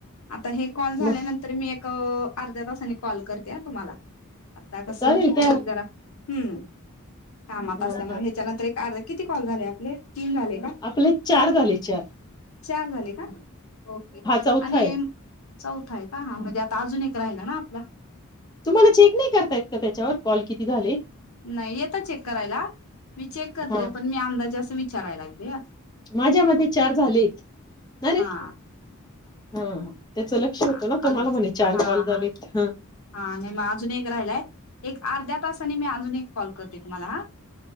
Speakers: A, on the left; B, on the left.
A: आता हे कॉल झाल्यानंतर
B: मग
A: मी एक अ अर्ध्या तासांनी कॉल करते. द्या तुम्हाला. आता कसं,
B: चालेल
A: <unintelligible>
B: काय
A: जरा हं. कामात
B: हा
A: असल्यामुळे
B: हा
A: ह्याच्यानंतर एक अर्ध्या ए किती कॉल झाले आपले? तीन झाले का
B: आपले चार झाले. अच्छा.
A: चार झाले का? ओके
B: चौथा
A: आणि
B: आहे
A: चौथाय का हा म्हणजे आप आता अजून एक राहिला ना आपला.
B: तुम्हाला चेक नाही करतायेत का त्याच्यावर, कॉल किती झाले?
A: नाही येतं चेक करायला, मी चेक करते
B: ह
A: पण मी अंदाजे असं विचा विचारय लागलेया.
B: माझ्या मते चार झालेत. <unintelligible> रे
A: हा
B: हा हा त्याच लक क्ष होत
A: हा
B: ना तुम्हाला
A: अजून
B: म्हणे चार
A: हा
B: कॉल झालेत
A: हा
B: ह
A: हा नाई म अजून एक राहिलाय एक अर्ध्या तासाने मी अजून एक कॉल करते. तुमाला हा